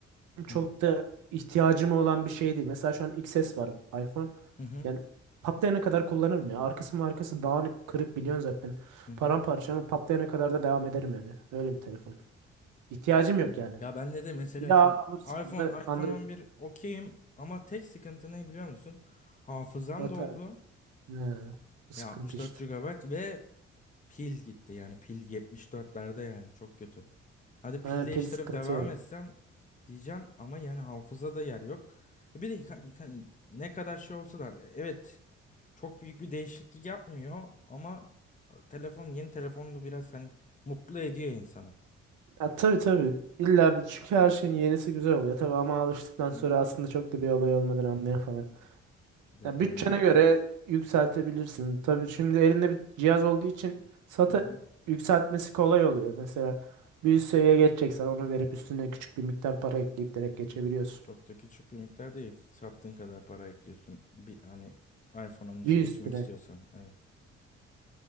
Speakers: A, on the right; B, on the left.
A: çok
B: Hı.
A: da ihtiyacım olan bir şey değil. Mesela şu an XS var iPhone.
B: Hı hı.
A: Yani patlayana kadar kullanırım ya. Arkası markası dağınık kırık biliyorsun zaten.
B: Hı
A: Paramparça ama patlayana kadar da devam ederim yani. Öyle bir telefon. İhtiyacım yok yani.
B: Ya bende de mesela
A: Bir daha
B: şu an
A: alırsam
B: iPhone,
A: da Android
B: iPhone 11 okeyim ama tek sıkıntı ne biliyor musun? Hafızam
A: batar.
B: doldu.
A: He, bu sıkıntı
B: Ya 64
A: işte.
B: gigabayt ve pil gitti. Yani pil 74'lerde yani çok kötü. Hadi pil
A: Yani
B: değiştirip
A: pil sıkıntı
B: devam
A: ya.
B: etsem diyeceğim ama yani hafızada yer yok. E Bir de yıka- yıka- ne kadar şey olsa da evet çok büyük bir değişiklik yapmıyor ama telefon yeni telefon da biraz hani mutlu ediyor insanı.
A: Ya tabii tabii. İlla bir çünkü her şeyin yenisi güzel oluyor tabii ama alıştıktan sonra
B: Hı hı.
A: aslında çok da bir olay olmadığını anlıyor falan.
B: Ya
A: Ya
B: öyle.
A: bütçene göre yükseltebilirsin. Tabii şimdi elinde bir cihaz olduğu için SATA
B: <laughs>
A: yükseltmesi kolay oluyor. Mesela bir üst seviye geçeceksen onu verip üstüne küçük bir miktar para ekleyip direkt geçebiliyorsun.
B: Çok da küçük bir miktar değil. Sattığın kadar para ekliyorsun. Bir hani iPhone 13'e
A: Bir
B: geçmek
A: üstüne
B: istiyorsan. Evet.